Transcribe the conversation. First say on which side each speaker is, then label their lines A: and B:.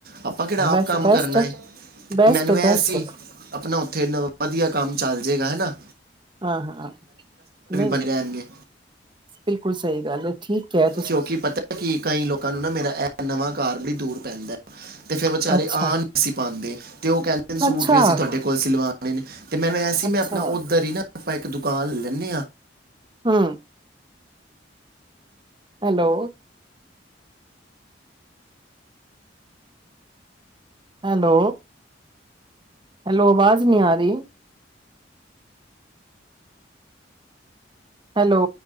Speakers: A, on the right; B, on the right.
A: ਆਪਾਂ ਕਿਹੜਾ ਆਪ
B: ਬਸ
A: ਕੰਮ
B: ਬੈਸਟ
A: ਕਰਨਾ
B: ਹੈ
A: ਏ,
B: ਬੈਸਟ
A: ਮੈਨੂੰ
B: ਹੈ
A: ਐਸੀ
B: ਬੈਸਟ
A: ਆਪਣਾ ਥੇ ਨ ਵਧੀਆ ਕੰਮ ਚੱਲ ਜੇਗਾ ਹੈਨਾ।
B: ਹਾਂ, ਹਾਂ ਨਹੀਂ
A: ਬਣੇ ਰਹਿਣਗੇ
B: ਬਿਲਕੁਲ ਸਹੀ ਗੱਲ ਹੈ, ਠੀਕ ਐ।
A: ਕਿਉਂਕਿ ਪਤਾ ਕਿ ਕਈ ਲੋਕਾਂ ਨੂੰ ਨਾ ਮੇਰਾ ਇਹ ਨਵਾਂ ਘਰ ਬੜੀ ਦੂਰ ਪੈਂਦਾ। <unintelligible> ਤੇ ਫਿਰ ਵਿਚਾਰੇ
B: ਅੱਛਾ
A: ਆ ਨਹੀਂ ਸੀ ਪਾਉਂਦੇ ਤੇ ਉਹ ਕਹਿੰਦੇ ਸੂਟ
B: ਅੱਛਾ
A: ਵੀ ਅਸੀਂ ਤੁਹਾਡੇ ਕੋਲ ਸਿਲਵਾ <unintelligible> ਤੇ ਮੈਂ ਵੈਸੇ ਹੀ
B: ਅੱਛਾ
A: ਮੈਂ ਆਪਣਾ ਉੱਧਰ ਹੀ ਨਾ ਆਪਾਂ ਇੱਕ ਦੁਕਾਨ ਲੈਂਦੇ ਹਾਂ।
B: ਹੂੰ। ਹੈਲੋ। ਹੈਲੋ। ਹੈਲੋ ਆਵਾਜ਼ ਨੀ ਆ ਰਹੀ। ਹੈਲੋ।